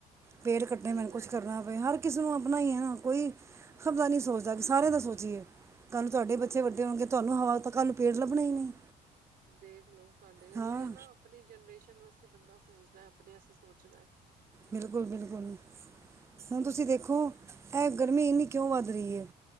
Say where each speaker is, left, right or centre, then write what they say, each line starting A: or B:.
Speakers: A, on the right; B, on the right.
A: ਪੇੜ ਕੱਟਣੇ
B: ਸਹੀ
A: ਮੈਨੂੰ
B: ਗੱਲ
A: ਕੁੱਛ ਕਰਨਾ
B: ਹੈ
A: ਹੋਵੇ ਹਰ ਕਿਸੇ ਨੂੰ ਆਪਣਾ ਹੀ ਹੈ ਨਾ ਕੋਈ ਸਬਦਾ ਨਹੀਂ ਸੋਚਦਾ ਕਿ ਸਾਰਿਆਂ ਦਾ ਸੋਚੀਏ ਕੱਲ੍ਹ ਤੁਹਾਡੇ
B: ਹਾਂ
A: ਬੱਚੇ ਵੱਡੇ ਹੋਣਗੇ ਤੁਹਾਨੂੰ ਹਵਾ ਤਾਂ ਕੱਲ੍ਹ ਨੂੰ ਪੇੜ ਲੱਭਣਾ ਹੀ ਨਹੀਂ
B: ਦੇਖ ਲਓ ਸਾਡੇ ਉਹੀ
A: ਹਾਂ
B: ਹੈ ਨਾ ਆਪਣੀ ਜਨਰੇਸ਼ਨ ਵਾਸਤੇ ਬੰਦਾ ਸੋਚਦਾ ਆਪਣੇ ਵਾਸਤੇ ਸੋਚਦਾ
A: ਬਿਲਕੁਲ ਬਿਲਕੁਲ ਹੁਣ ਤੁਸੀਂ ਦੇਖੋ ਇਹ ਗਰਮੀ ਇੰਨੀ ਕਿਉਂ ਵੱਧ ਰਹੀ ਹੈ